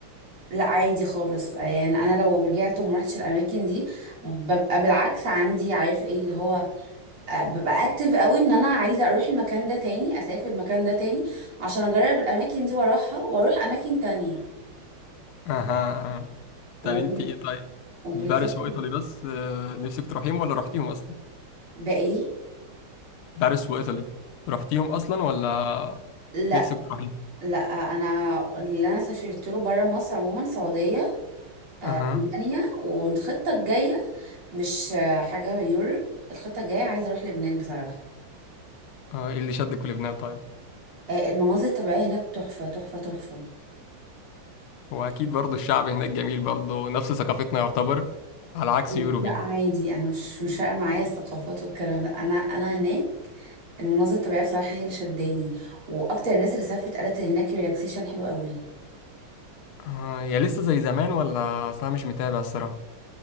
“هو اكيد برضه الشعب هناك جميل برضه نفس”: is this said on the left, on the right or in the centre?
Left